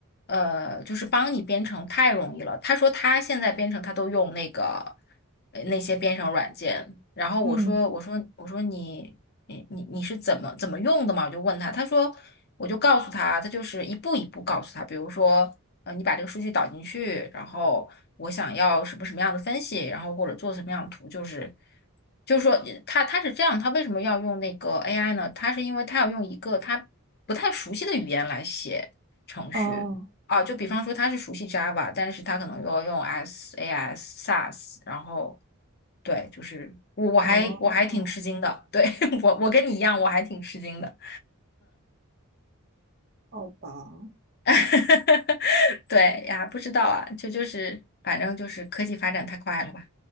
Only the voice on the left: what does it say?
呃，就是帮你编程太容易了。他说他现在编程他都用那个呃那些编程软件，然后我说我说我说你。
你你你是怎么怎么用的嘛？我就问他，他说我就告诉他，他就是一步一步告诉他，比如说，呃，你把这个数据导进去，然后我想要什么什么样的分析，然后或者做什么样的图，就是就是说呃他他是这样，他为什么要用那个 AI 呢？他是因为他要用一个他不太熟悉的语言来写程序，
啊，就比方说他是熟悉 Java，但是他可能要用 S、AS、SAS，然后对，就是我我还我还挺吃惊的，
对，<laughs> 我我跟你一样，我还挺吃惊的，
<laughs> 对呀，不知道啊，就就是反正就是科技发展太快了吧，